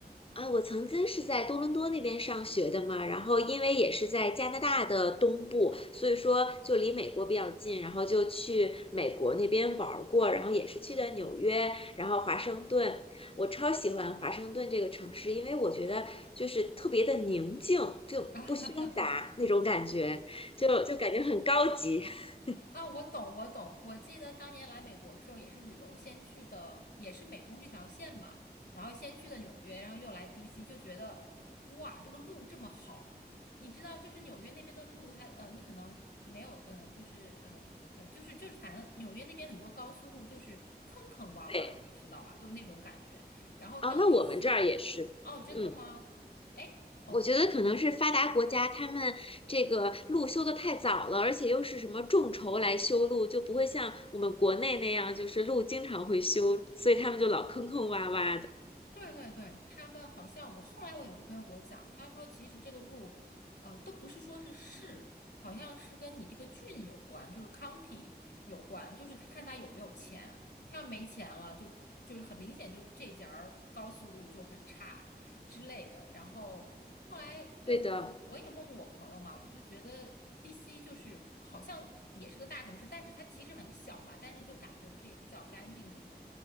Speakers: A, on the left; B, on the left.
A: 啊，我曾经是在多伦多那边上学的嘛，然后因为也是在加拿大的东部，所以说就离美国比较近，然后就去美国那边玩儿过，然后也是去的纽约，然后华盛顿，我超喜欢华盛顿这个城市，因为我觉得就是特别的宁静，就不喧杂那种感觉，
B: 啊，<laughs> 哈哈，
A: 就就感觉很高级。<laughs>
B: 啊，我懂，我懂。我记得当年来美国的时候，也是旅游，先去的也是美东这条线嘛，然后先去的纽约，然后又来 DC，就觉得哇，这个路这么好。你知道，就是纽约那边的路它，呃，你可能没有，呃，就是呃呃，就是就是，反正纽约那边很多高速路就是坑坑洼洼的，
A: 对，
B: 你知道吗？都那种感觉。然后到
A: 哦，那我们这儿也是，
B: DC，哦，真的吗？
A: 嗯。
B: 哎。哦，
A: 我觉得可能是发达国家他们这个路修得太早了，而且又是什么众筹来修路，就不会像我们国内那样，就是路经常会修，所以他们就老坑坑洼洼的。
B: 对对对，他们好像我后来我有个朋友给我讲，他说其实这个路，呃，都不是说是市，好像是跟你这个郡有关，就是 county 有关，就是他看他有没有钱，他要没钱了，就就是很明显就这节儿高速路就很差之类的。然后后来对我我我也问过我朋友嘛，
A: 对的，
B: 我就觉得 DC 就是好像也是个大城市，但是它其实很小嘛，但是就感觉不是也比较干净什么的。